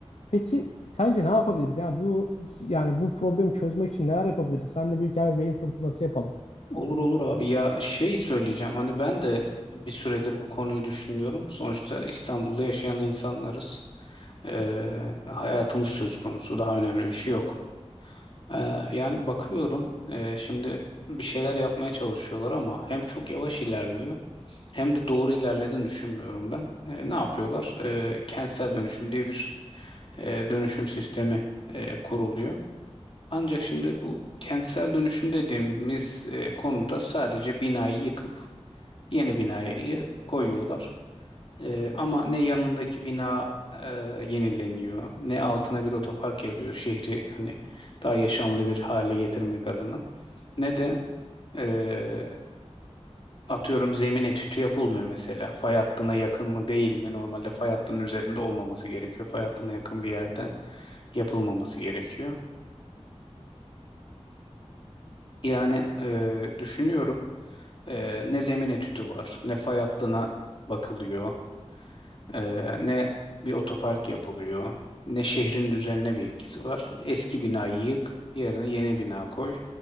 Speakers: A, on the left (about 75°); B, on the left (about 50°).
A: Peki sence ne yapabiliriz? Yani bu yani bu problemi çözmek için neler yapabiliriz? Sen de büyük bir kere beyin fırtınası yapalım.
B: Olur olur abi ya şey söyleyeceğim hani ben de bir süredir bu konuyu düşünüyorum. Sonuçta İstanbul'da yaşayan insanlarız. Ee, hayatımız söz konusu daha önemli bir şey yok. Ee, yani bakıyorum e, şimdi bir şeyler yapmaya çalışıyorlar ama hem çok yavaş ilerliyor hem de doğru ilerlediğini düşünmüyorum ben. Ee, ne yapıyorlar? Ee, kentsel dönüşüm diye bir e, dönüşüm sistemi e, kuruluyor. Ancak şimdi bu kentsel dönüşüm dediğimiz e, konuda sadece binayı yıkıp yeni binayı koyuyorlar. E, ama ne yanındaki bina e, yenileniyor, ne altına bir otopark yapıyor şehri hani daha yaşanlı bir hale getirmek adına, ne de e, atıyorum zemin etüdü yapılmıyor mesela. Fay hattına yakın mı değil mi? Normalde fay hattının üzerinde olmaması gerekiyor. Fay hattına yakın bir yerde yapılmaması gerekiyor. Yani e, düşünüyorum e, ne zemin etüdü var, ne fay hattına bakılıyor, e, ne bir otopark yapılıyor, ne şehrin düzenine bir etkisi var. Eski binayı yık, yerine yeni bina koy.